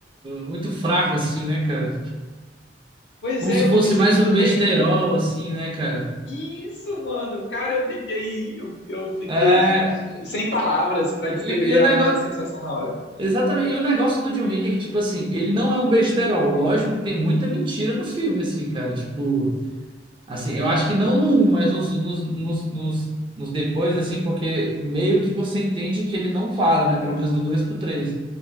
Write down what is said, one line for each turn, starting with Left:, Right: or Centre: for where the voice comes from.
Right: muito fraco, assim, né, cara?
Left: Pois
Right: Como
Left: é,
Right: se
Left: eu
Right: fosse
Left: não vi sentido
Right: mais um besterol,
Left: nenhum.
Right: assim, né, cara?
Left: Isso, mano, cara, eu fiquei, eu, eu fiquei
Right: É.
Left: sem palavras para
Right: E,
Left: descrever
Right: e- e o
Left: a
Right: negócio.
Left: minha sensação na hora.
Right: Exatamente. E o negócio do John Wick é que, tipo assim, ele não é um besterol. Lógico que tem muita mentira no filme, assim, cara. Tipo, assim, eu acho que não no um mas nos, nos, nos, nos, nos depois, assim, porque meio que você entende que ele não para, né? Pelo menos do 2 pro três